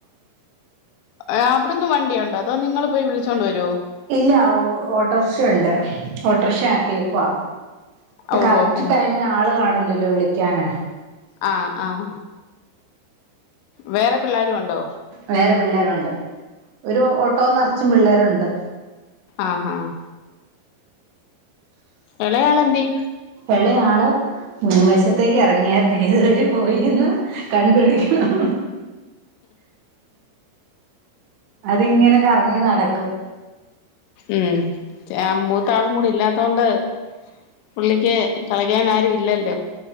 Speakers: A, on the left; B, on the right.
A: ആ അവിടന്ന് വണ്ടിയൊണ്ടോ അതോ നിങ്ങൾ പോയി വിളിച്ചോണ്ട് വരോ
B: ഇല്ല ഓട്ടോറിക്ഷ ണ്ട് ഓട്ടോറിക്ഷ ആക്കിയേക്കുവാ ഇപ്പൊ
A: ഓഹോ
B: കറക്റ്റ്
A: ഹോ
B: ടൈമിന് ആള് കാണില്ലല്ലോ വിളിക്കാന്
A: ആഹ ആഹ വേറെ പിള്ളേരും ഉണ്ടോ
B: വേറെ പിള്ളേരുണ്ട് ഒരു ഓട്ടോ നിറച്ചും പിള്ളേരുണ്ട്
A: ആഹ ആ ഇളയാള് എന്തിയെ
B: എളയാള് മുൻവശത്തേക്ക് ഇറങ്ങിയരുന്ന ഏഴു പോയിന്ന് കണ്ടുപിടിക്കണം അതിങ്ങനെക്കെറങ്ങി നടക്കും
A: ഉം മൂത്ത ആളും കൂടി ഇല്ലാത്ത കൊണ്ട് പുള്ളിക്ക് കള ക്കാൻ ആരും ഇല്ലല്ലോ